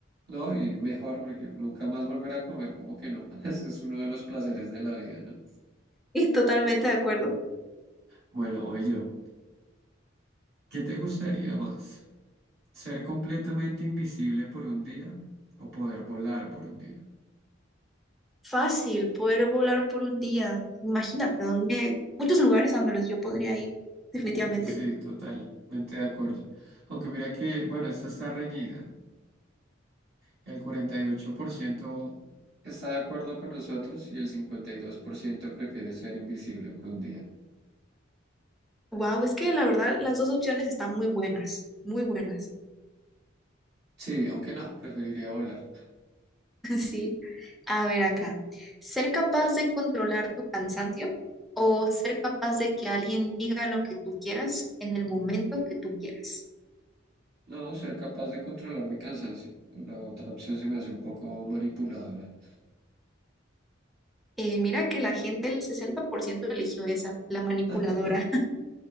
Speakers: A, on the right; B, in the centre.
A: No, y mejor porque nunca más volver a comer, como que no. <laughs> Ese es uno de los placeres de la vida, ¿no?
B: Y totalmente de acuerdo.
A: Bueno, hoy yo. ¿Qué te gustaría más? ¿Ser completamente invisible por un día o poder volar por un día?
B: Fácil poder volar por un día. Imagínate, donde muchos lugares a donde los yo podría ir, definitivamente.
A: Sí, totalmente de acuerdo. Aunque mira que, bueno, esta está reñida. El 48% está de acuerdo con nosotros y el 52% prefiere ser invisible por un día.
B: Wow, es que la verdad las dos opciones están muy buenas, muy buenas.
A: Sí, aunque no, preferiría volar.
B: <laughs> Sí. A ver acá. ¿Ser capaz de controlar tu cansancio o ser capaz de que alguien diga lo que tú quieras en el momento que tú quieras?
A: No, ser capaz de controlar mi cansancio. La otra opción se me hace un poco manipuladora.
B: Eh, mira que la gente, el 60% eligió esa, la manipuladora.
A: <laughs>